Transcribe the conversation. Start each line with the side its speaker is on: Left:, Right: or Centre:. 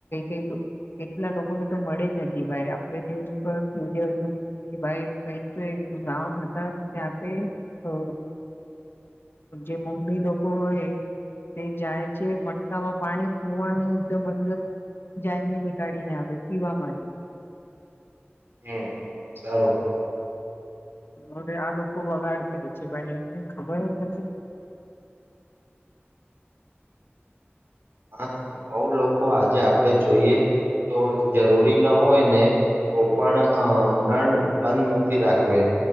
Left: કઈ કેટલા લોકોને તો મળે નથી ભાઈ આપણે ન્યૂઝ પર જોઈએ હતું કે ભાઈ કઈક તો એક ગામ હતા ત્યાં પે તો જે મમ્મી લોકો હોય તે જાય છે મટકામાં પાણી કુવાનું એકદમ અંદર જઈને નીકાળી ને આવે પીવા માટે
Right: હમ. સારું
Left: હવે આ લોકો બગાડ કરે છે ભાઈ એમને ખબર જ નથી <inaudible>
Right: હા બહું લોકો આજે આપડણે જોઈએ તો એ જરૂરી ના હોય ને તો પણ અ નળ બંધ નથી રાખવે